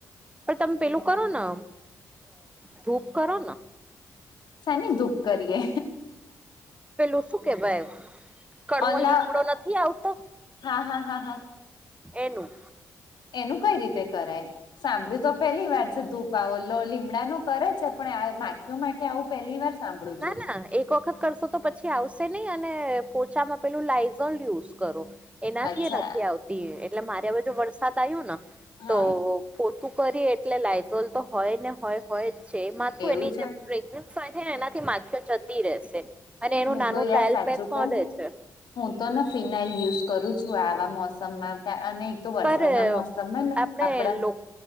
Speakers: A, on the right; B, on the left.
A: પણ તમે પેલું કરો ને ધૂપ કરો ને.
B: સાને ધુપ કરીએ.
A: પેલું શું કેવાય કડવો
B: ઓલા
A: લીમડો નથી આવતો?
B: હા હા હા હા
A: એનું.
B: એનું કઈ રીતે કરાય? સાંભળ્યું તો પેલી વાર છે ધૂપ ઓ લો લીમડા ન કરે છે પણ આ માખઓ માટે ત્યાં આવું પહેલી વાર સાંભળું
A: ના
B: છું.
A: ના એક વખત કરશો તો પછી આવશે નહી અને પોચામાં પેલું લાઈઝલ યુઝ કરો. એનાથી
B: અચ્છા
A: એ નથી આવતી એટલે મારે હવે જો વરસાદ આવ્યો ને
B: હા
A: તો પોતું કરી એટલે લાયઝોલ તો હોય ને હોય હોય જ છે એ માથું
B: એવું
A: એની
B: છે
A: જે પ્રેગ હોય ને એનાથી માખઓ જતી રહેશે અને એનું
B: હું
A: નાનું
B: તો
A: ટ્રાયલ
B: યાર સાચું
A: પેક પણે
B: કઉ
A: છે.
B: હું તો ને ફિનાઇલ યુઝ કરું છું આવા મોસમમાં અને તો વરસાદના
A: પર
B: મોસમમાં ને
A: આપણે
B: આપડા
A: લોક